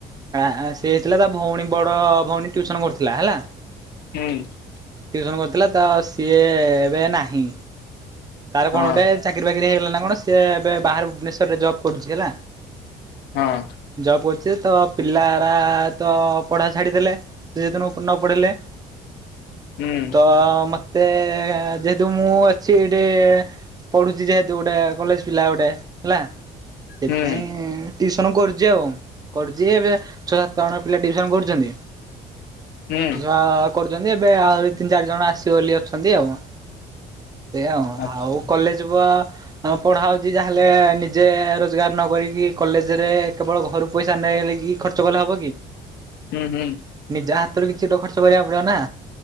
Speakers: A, on the right; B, on the left.
A: ଆ ଆ ସିଏ ହେଇଥିଲା ତା ଭଉଣୀ ବଡ ଭଉଣୀ ଟ୍ୟୁସନ କରିଥିଲା ହେଲା।
B: ହୁଁ।
A: ଟିଉସନ କରିଥିଲା ତ ସିଏ ଏବେ ନାହିଁ। ତାର କଣ
B: ହଁ
A: ଗୋଟେ ଚାକିରି ବାକିରି ହେଇଗଲା ନା କଣ ସିଏ ଏବେ ବାହହାର ଭୁବନେଶ୍ୱର ରେ ଜବ୍ କରୁଛି ହେଲା।
B: ହଁ।
A: ଜବ କରୁଛି ତ ପିଲାରା ତ ପଢା ଛାଡିଦେଲେ। ସିଏ ଯେହେତୁ ନ ପଡ଼େଇଲେ
B: ହୁଁ।
A: ତ ମତେ ଯେହେତୁ ମୁଁ ଅଛି ଏ ଏ ପଢୁଛି ଯେହେତୁ ଗୋଟେ କଲେଜ ପିଲା ଗୋଟେ। ହେଲା ସେଇଥିପାଇଁ।
B: ହୁଁ
A: ଟିଉସନ୍ କରୁଛି ଆଉ କରୁଛି ଏବେ ଛଅ ସାତ ଜଣ ପିଲା ଟିଉସନ କରୁଛନ୍ତି।
B: ହୁଁ
A: ଛୁଆ କରୁଛନ୍ତି ଏବେ ଆହୁରି ତିନି ଚାରି ଜଣ ଆସିବେ ବୋଲି ଅଛନ୍ତି ଆଉ। ଏୟା ଆଉ
B: ଆଚ୍ଛା।
A: ଆଉକଲେଜ ବ ଆଉ ପଢା ହଉଛି ଯାହେଲେ ନିଜେ ରୋଜଗାର ନକରିକି କଲେଜ ରେ କେବଳ ଘରୁ ପଇସା ନେଇଗଲେ କିି ଖର୍ଚ୍ଚ କଲେ ହବ କି।
B: ହୁଁ ହୁଁ।
A: ନିଜା ହାତରୁ କିଛି ଗୋଟେ ଖର୍ଚ୍ଚ କରିବାକୁ ପଡିବ ନା।